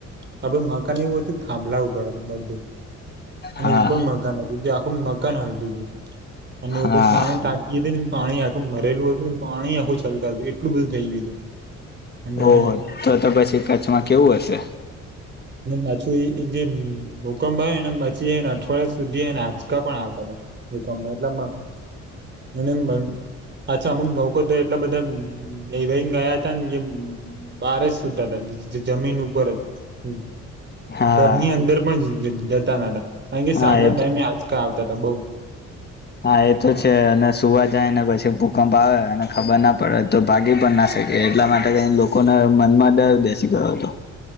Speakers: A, on the right; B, on the left.
A: આપડે મકાનીવુ થાંભલાર બધું અને
B: હા
A: ઉપર મકાનીધુ, આખુ મકાન હ તીધુ અને
B: હા
A: એભ, મા એને ટાંકી હતી ને પાણી આખું ભરેલું હતું ને પાણી આખું છલકાતું હતું એટલું બધું થઈ ગયું હતું. અને
B: ઓહ તો તો પછી કચ્છમાં કેવું હશે?
A: માછું એ જે ભૂકંપ આવે ને પછી એ અઠવાડિયા સુધી એ આંચકા પણ આવતા હતા. હમ એટલેમાં એને અચ્છા અમુક લોકો તો એટલા બધા હેવાઈને ગયા હતા ને કે બહાર જ સુતા હતા. જમીન ઉપર જ
B: હા
A: ઘરની અંદર પણ જતા નહોતા કારણ કે
B: હા
A: સાંજના
B: એ
A: ટાઈમે આંચકા તો બઉ
B: હા એ તો છે અને સુવા જાય ને પછી જે ભૂકંપ આવે અને ખબર ના પડે તો ભાગી પણ ના શકે એટલા માટે ક લોકોને મનમાં ડર બેસી ગયો હતો